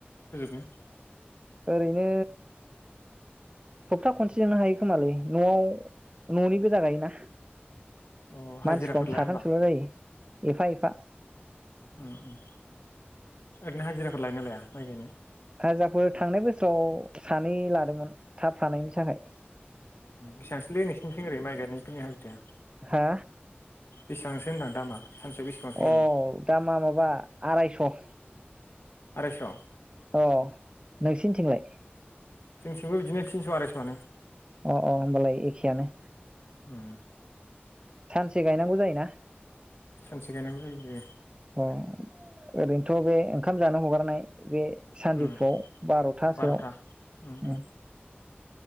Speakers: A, on the left; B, on the right.
A: फोजोबनो।
B: ओरैनो सप्ता खनसे जोनो हायो खोमालै न'आव न'नि गोजा गायोना।
A: अ हाजिराफोर
B: मानसि खम
A: लाया
B: साथामसोल'
A: होमबा?
B: जायो। एफा एफा।
A: उम उम ओरैनो हाजिराफोर लायोना लाया माइ गायनो।
B: हाजिफोर थांनाय बोसोराव सानै लादोंमोन थाब हानायनि थाखाय।
A: बेसेबांसोलै नोंसोरनिथिं ओरै माइ गायनायफोरनि हाजिराया।
B: हो।
A: बेसेबांसो होनदां दामा। सानसेयाव बेसेबांसो लायो?
B: अ दामा माबा आरायस'।
A: आराइस'।
B: अ। नोंसिनिथिंलाय
A: जोंथिंबो बिदिनो थिनस' आरायस'आनो।
B: अ अ होमबालाय एखेयानो।
A: उम
B: सानसे गायनांगौ जायोना?
A: सानसे गायनांगौ जायो।
B: अ ओरैनोथ' बे ओंखाम जानो हगारनाय बे सानजौफुआव
A: उम
B: बार'थासोआव
A: बार'था
B: ।
A: उम उम